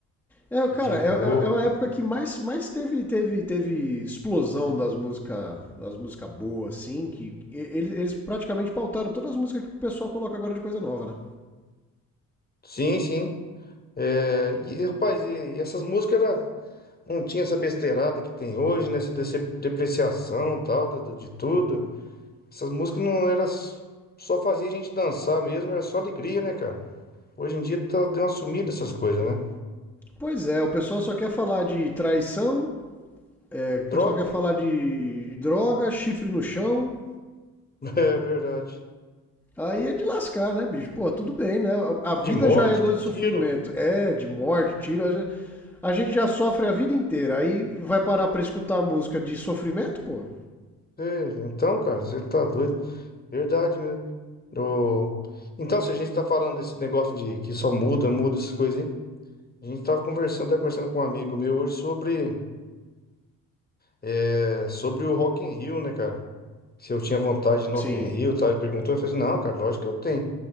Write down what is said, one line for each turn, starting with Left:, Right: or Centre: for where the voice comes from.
Centre: É,
Left: DJ
Centre: cara, é, é,
Left: Bobo.
Centre: é uma época que mais, mais teve, teve, teve explosão das músicas das música boas, assim, que e- eles, eles praticamente pautaram todas as músicas que o pessoal coloca agora de coisa nova, né?
Left: Sim, sim. É, e, rapaz, e, e essas músicas era. Não tinha essa besteirada que tem hoje, né? Essa dece- depreciação tal, do- do- de tudo. Essas músicas não era s- só fazia a gente dançar mesmo, era só alegria, né, cara? Hoje em dia tá, deu uma sumida essas coisas, né?
Centre: Pois é, o pessoal só quer falar de traição, é,
Left: Droga,
Centre: só quer falar de droga, chifre no chão,
Left: <laughs> é verdade.
Centre: Aí é de lascar, né, bicho? Pô, tudo bem, né? A a vida
Left: De morte,
Centre: já é dor
Left: de
Centre: de
Left: tiro.
Centre: sofrimento. É, de morte, tiro. a gen- A gente já sofre a vida inteira. Aí vai parar pra escutar música de sofrimento, pô?
Left: É, então, cara, você tá doido. Verdade mesmo. O- Então, se a gente tá falando desse negócio de que só muda, muda essas coisas, hein? A gente tava conversando, tava conversando com um amigo meu hoje sobre, é, sobre o Rock in Rio, né, cara? se eu tinha vontade de ir no
Centre: Sim.
Left: Rock in Rio, tá? Ele perguntou, eu falei assim, não, cara, lógico que eu tenho.